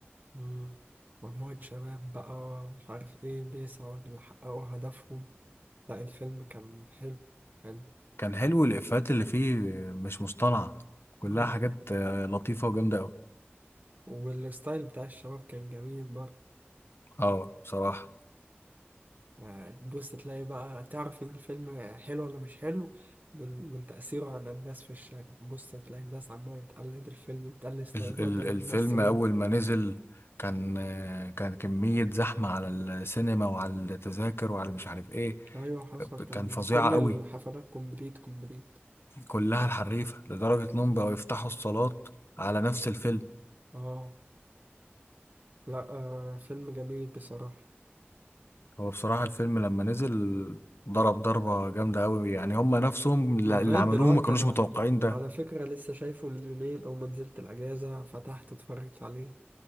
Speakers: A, on the right (about 45°); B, on the left (about 65°).
A: مم. مجموعة شباب بقى مش عارف ايه بيسعوا لحققوا هدفهم لا الفيلم كان حلو كان
B: كان حلو الإفيهات اللي فيه مش مصطنعة كلها
A: اه
B: حاجات آه، لطيفة وجامدة أوي
A: والستايل بتاع الشباب كان جميل برضه
B: اه بصراحة
A: يعني تبص تلاقي بقى تعرف ان الفيلم حلو ولا مش حلو من من تأثيره على الناس في الشارع بص تلاقي الناس عمالة تقلد الفيلم تقلد ستايلات
B: ال ال
A: الممثلين
B: الفيلم أول ما نزل كان آه، كان كمية زحمة على السينما وعلى التذاكر وعلى مش عارف ايه
A: ايوه حصل كان
B: كان فظيعة
A: كل الحفلات
B: أوي
A: كومبليت كومبليت
B: كلها الحريفة لدرجة إنهم بقوا يفتحوا الصالات على نفس الفيلم
A: اه لا آه فيلم جميل بصراحة
B: هو بصراحة الفيلم لما نزل ضرب ضربة جامدة أوي يعني هم نفسهم اللي
A: ولغاية
B: عملوه
A: دلوقتي
B: ما كانوش
A: انا
B: متوقعين ده
A: على فكرة لسه شايفه من يومين او ما نزلت الاجازة فتحت اتفرجت عليه